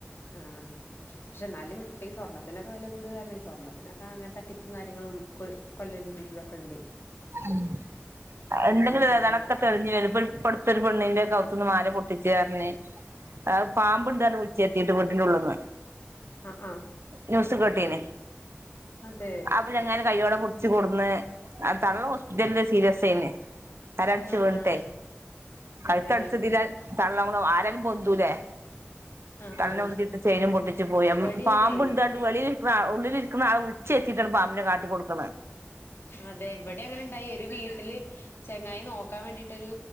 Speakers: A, on the left; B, on the right.
A: ആ ക്ഷേ എന്നാലും ഇപ്പ സ്വർണത്തിന്റെ വില കൂട് താരണെ സ്വർണത്തിനൊക്കെ അങ്ങനെ തട്ടിപ്പും കാര്യങ്ങളും കൊ കൊല്ലലും ഇതക്കെ ഒണ്ടേ
B: ഉം എന്തെങ്കിലുംതക്കെ
A: സംഭവം ഉണ്ടായിണ്ട്
B: തെളിഞ്ഞ് വരുമ്പരും ഇപ്പർത്തെ പെണ്ണിന്റെ കവുത്ത്ന്ന് മാല പൊ പെട്ടിച്ചെറിന് ആ പാമ്പ് ഉണ്ടാർന്ന് വിളിച്ചേത്തീ ട്ട് വീട്ടിന് ഉള്ളീന്ന്
A: അതെ ആഹ് ആഹ്
B: ന്യൂസ് കേട്ടീനീ
A: അതെ
B: അപ്പഴങ്ങനെ കയ്യോടെ പിടിച്ച് കൊടുന്ന് തന്ന് ക്യാസ്റ്റിയനില് സീരിയസ് ആയിരുന്ന് ആരടച്ച്
A: ആഹ്
B: വീണട്ടെ
A: ആഹ്
B: കഴിച്ച
A: അതെ
B: അടിച്ചതില <unintelligible> പൊന്തുലെ
A: ആഹ്
B: കള്ള്
A: ആഹ്
B: ഉണ്ടിട്ട് ചെയിനും പൊട്ടിച്ചു പോയാ
A: ഇവിടെ
B: പാമ്പ്
A: അതെ
B: ഇണ്ടാണ്ട് വെളിയില് വ്വാ. ഉള്ളിലിരിക്കുന്ന ആ ഉച്ച എത്തീട്ടാണ് പാമ്പിനെ കാണിച്ച് കൊടുക്കണ
A: അതെ എവിടെ അങ്ങനെ ഉണ്ടായി ഒരു വീട്ടില് ചങ്ങായി നോക്കാൻ വേണ്ടി ടൊരു